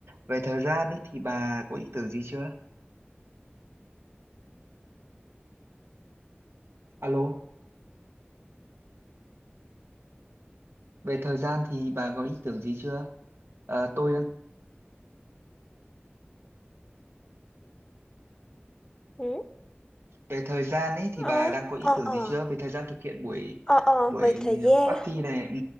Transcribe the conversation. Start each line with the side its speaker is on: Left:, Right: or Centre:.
Right: về thời gian ấy thì bà có ý tưởng gì chưa alo về thời gian thì bà có ý tưởng gì chưa Ờ, tôi đang
Left: ừ,
Right: về thời gian ấy thì bà
Left: ờ,
Right: đang có ý
Left: ờ,
Right: tưởng
Left: ờ,
Right: gì chưa về thời gian thực hiện buổi
Left: ờ, ờ,
Right: buổi
Left: về thời gian
Right: party này ừ.